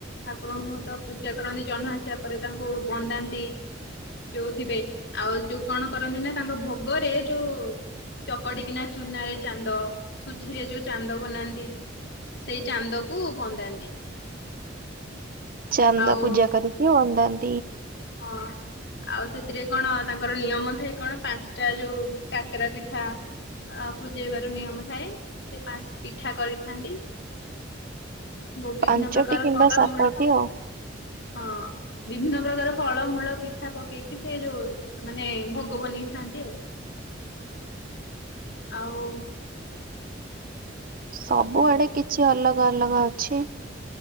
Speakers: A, on the left; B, on the right.
A: ଠାକୁରଙ୍କୁ ତ ପୂଜା କରନ୍ତି ଜହ୍ନ ଆସିବା ପରେ ତାଙ୍କୁ ବନ୍ଦାନ୍ତି। ଯୋଉଥିିବେ ଆଉ ଯୋଉ କଣ କରନ୍ତି ନା ତାଙ୍କ ଭୋଗରେ ଯୋଉ ଚକଟିକିନା ଚୁନ ରେ ଚାନ୍ଦ ସୁଜିରେ ଯୋଉ ଚାନ୍ଦ ବନାନ୍ତି। ସେଇ ଚାନ୍ଦକୁ ବନ୍ଦାନ୍ତି।
B: ଚାନ୍ଦ
A: ଆଉ
B: ପୂଜା କରିକି ବନ୍ଦାନ୍ତି।
A: ହଁ ଆଉ ସେ ସେଥିରେ କଣ ତାଙ୍କର ନିୟମ ଥାଏ କଣ ପାଞ୍ଚଟା ଯୋଉ କାକରା ପିଠା ଅ ପୂଜେଇବାର ନିୟମ ଥାଏ ସେ ପାଞ୍ଚ ପିଠା କରିଥାନ୍ତି।
B: <inaudible>
A: ବହୁ ବିଭିନ୍ନ
B: ପାଞ୍ଚଟି
A: ପ୍ରକାର
B: କିମ୍ବା
A: ଫଳମୁଳ
B: ସାତଟି ଆଉ।
A: ହଁ। ବିଭିନ୍ନ ପ୍ରକାର ଫଳମୂଳ ପିଠା ପକେଇକି ସେ ଯୋଉ ମାନେ ଭୋଗ ବନେଇଥାନ୍ତି। ଆଉ
B: ସବୁଆଡେ
A: ଆଉ
B: କିଛି ଅଲଗା ଅଲଗା ଅଛି।